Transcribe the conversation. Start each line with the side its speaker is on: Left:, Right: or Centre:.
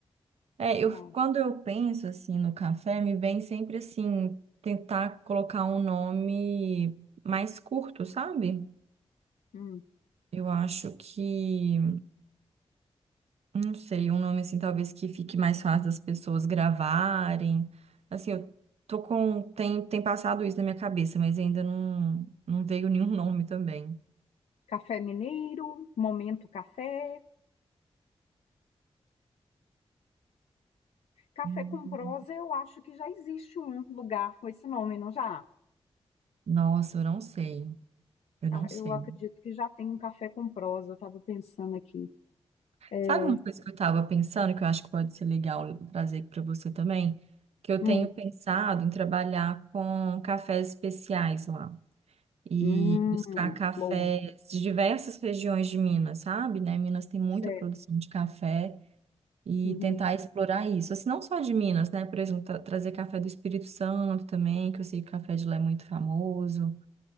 Right: É, eu,
Left: Tá.
Right: quando eu penso assim no café, me vem sempre assim tentar colocar um nome mais curto, sabe?
Left: Hum.
Right: Eu acho que, não sei, um nome assim talvez que fique mais fácil das pessoas gravarem. Assim, eu tô com tem tem passado isso na minha cabeça, mas ainda não não veio nenhum <laughs> nome também.
Left: Café Mineiro, Momento Café. Café
Right: Hum.
Left: com prosa, eu acho que já existe um lugar com esse nome, não já?
Right: Nossa, eu não sei. Eu
Left: Ah,
Right: não sei.
Left: Eu acredito que já tem um café com prosa, eu estava pensando aqui. É,
Right: Sabe uma coisa que eu estava pensando, que eu acho que pode ser legal trazer para você também? Que eu
Left: hum,
Right: tenho pensado em trabalhar com cafés especiais lá e
Left: hum,
Right: buscar cafés
Left: boa,
Right: de diversas regiões de Minas, sabe? Né? Minas tem muita
Left: certo.
Right: produção de café e
Left: uhum,
Right: tentar explorar isso. Assim, não só de Minas, né? Por exemplo, tra- trazer café do Espírito Santo também, que eu sei que o café de lá é muito famoso.